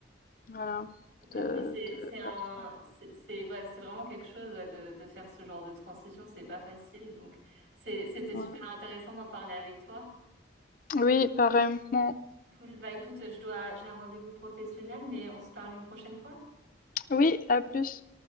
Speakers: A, on the left; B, on the right.
A: voilà
B: Ouais,
A: de,
B: bah c'est
A: de
B: c'est un
A: faire ça.
B: c'est c'est- ouais, c'est vraiment quelque chose ouais, de de faire ce genre de transition, c'est pas facile. Donc c'est c'était
A: Ouais.
B: super intéressant d'en parler avec toi.
A: Oui, pareillement.
B: Cool. Bah écoute, je dois j'ai un rendez-vous professionnel, mais on se parle une prochaine fois.
A: Oui, à plus.